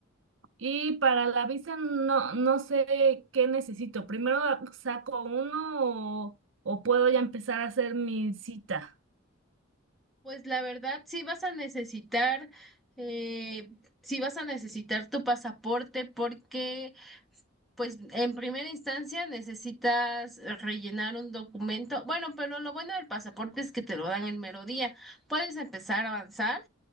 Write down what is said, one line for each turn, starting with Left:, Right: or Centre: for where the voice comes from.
Right: Y para la visa no, no sé qué necesito. ¿Primero saco uno o, o puedo ya empezar a hacer mi cita?
Centre: Pues la verdad, sí vas a necesitar, eh, sí vas a necesitar tu pasaporte porque, pues, en primera instancia necesitas rellenar un documento. Bueno, pero lo bueno del pasaporte es que te lo dan el mero día. Puedes empezar a avanzar